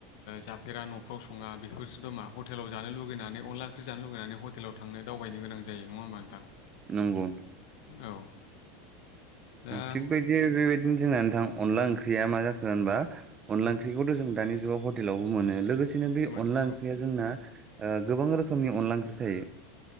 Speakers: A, on the left; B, on the right.
A: जाफेरा न'फ्राव सङा बेफोरसो <unintelligible> हटेलाव जानो लुबैनानै अनला ओंख्रि जानो लुगैनानै हटेलाव थांनो दावबायनो गोनां जायो नङा होमबा नोंथां
B: नंगौ
A: औ दा
B: थिग बायदि बेबायदिनो जोंना नोंथां अनला ओंख्रि ओंख्रिया मा जाखो होनबा अनला
A: औ
B: ओंख्रिखौथ' जों दानि हटेलावबो मोनो- बे
A: मोनो
B: अनला ओंख्रिया
A: औ
B: जोंना- गोबां रोखोमनि अनला ओंख्रि थायो।